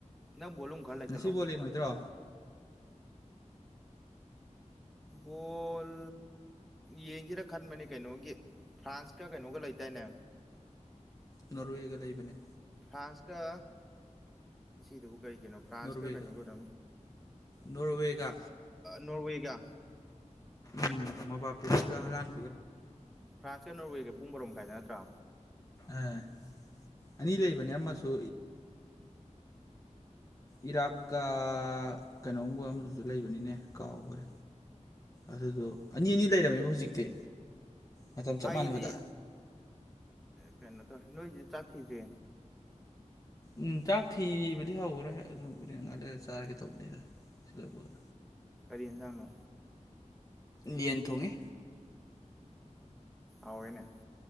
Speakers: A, in the centre; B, on the left.
A: ꯅꯪ ꯕꯣꯂꯨꯝ ꯈꯔ ꯂꯩꯈꯠꯂꯣ
B: ꯉꯁꯤ ꯕꯣꯜ ꯌꯦꯡꯉꯣꯏꯗ꯭ꯔꯣ
A: ꯕꯣꯜ ꯌꯦꯡꯒꯦꯔ ꯈꯟꯕꯅꯦ ꯀꯩꯅꯣꯒꯤ ꯐ꯭ꯔꯥꯟꯁꯀ ꯀꯩꯅꯣꯒ ꯂꯩꯇꯅꯦ
B: ꯅꯣꯔꯋꯦꯒ ꯂꯩ ꯏꯕꯅꯦ
A: ꯐ꯭ꯔꯥꯟꯁꯀ ꯑꯁꯤꯗꯨ ꯀꯩ ꯀꯩꯅꯣ ꯐ꯭ꯔꯥꯟꯁ
B: ꯅꯣꯔꯋꯦꯒ
A: ꯀ ꯀꯩꯅꯣ ꯀꯗ
B: ꯅꯣꯔꯋꯦꯒ
A: ꯅꯣꯔꯋꯦ ꯀ
B: ꯎꯝ ꯃꯕꯥ ꯄꯒ ꯍꯂꯥꯟ
A: ꯐ꯭ꯔꯥꯟꯁꯀ ꯅꯣꯔꯋꯦꯒ ꯄꯨꯡ ꯃꯔꯔꯣ ꯃꯈꯥꯏꯗ ꯅꯠꯇ꯭ꯔꯥ
B: ꯑꯥ ꯑꯅꯤ ꯂꯩꯕꯅꯦ ꯑꯃꯁꯨ ꯏꯔꯥꯛꯀ ꯀꯩꯅꯣꯝꯕ ꯑꯃꯁꯗꯨꯁꯨ ꯂꯩꯕꯅꯤꯅꯦ ꯀꯥꯎꯈ꯭ꯔꯦ ꯑꯗꯨꯗꯣ ꯑꯅꯤ ꯑꯅꯤ ꯂꯩꯔꯝꯃꯦꯕ ꯍꯧꯖꯤꯛꯇꯤ ꯃꯇꯝꯇꯣ ꯆꯠ
A: ꯑꯩꯗꯤ
B: ꯃꯅ ꯅꯨꯃꯤꯗꯥ
A: ꯀꯩꯅꯣ ꯇꯧ ꯅꯣꯏꯁꯤ ꯆꯥꯛ ꯊꯤꯗ꯭ꯦ
B: ꯎꯝ ꯆꯥꯛ ꯊꯤꯕꯗꯤ ꯍꯧꯈ꯭ꯔꯦ ꯑꯗꯨꯝ ꯎꯔꯦꯟ ꯉ ꯂꯩ ꯆꯥꯔꯒꯦ ꯇꯧꯕꯅꯤꯗ ꯁꯤꯗꯂ
A: ꯀꯔꯤꯅꯖꯥꯅꯣ
B: ꯌꯦꯟ ꯊꯣꯡꯉꯤ
A: ꯑꯥꯎꯣꯏꯅꯦ